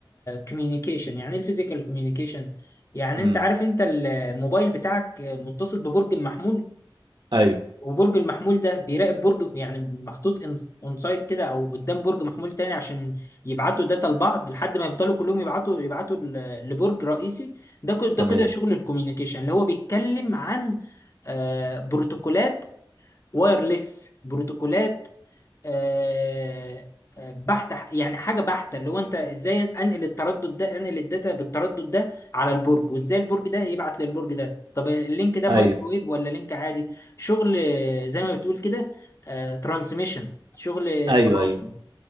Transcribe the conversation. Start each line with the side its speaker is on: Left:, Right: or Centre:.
Left: كوميونيكيشن يعني ايه الفيزيكال كوميونيكيشن يعني
Right: امم
Left: انت عارف انت ال- الموبايل بتاعك متصل ببرج محمول
Right: ايوه
Left: وبرج المحمول ده بيراقب برج يعني محطوط اون سايد كده او قدام برج محمول تاني عشان يبعتوا داتا لبعض لحد ما يفضلوا كلهم يبعتوا يبعتوا ل- لبرج رئيسي ده كده ده
Right: تمام
Left: كده شغل الكوميونيكيشن اللي هو بيتكلم عن آه، بروتوكولات وايرلس بروتوكولات آه، آه، بحتة يعني حاجة بحتة اللي هو انت ازاي انقل التردد ده انقل الداتا بالتردد ده على البرج وازاي البرج ده يبعت للبرج ده طب اللينك ده مايكرويف
Right: ايوه
Left: ولا لينك عادي شغل آه، زي ما بتقول كده ترانسميشن شغل
Right: ايوه
Left: تباصم
Right: ايوه